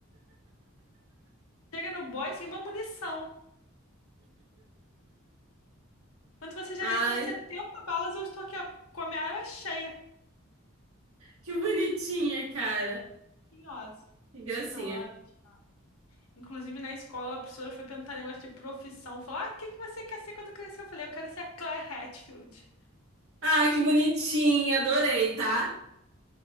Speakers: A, on the left (about 80°); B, on the right (about 75°).
A: Chega no boy sem uma munição. Mas você já
B: Ai,
A: gastou Setenta balas, eu estou aqui, ó, com a minha arma cheia.
B: que bonitinha, cara.
A: Tinhosa.
B: Que gracinha.
A: Tinhosa. Inclusive, na escola, a professora foi perguntar negócio de profissão. Falou, ah, o que que você quer ser quando crescer? Eu falei, eu quero ser a Claire Hatfield.
B: Ai, que bonitinha. Adorei, tá?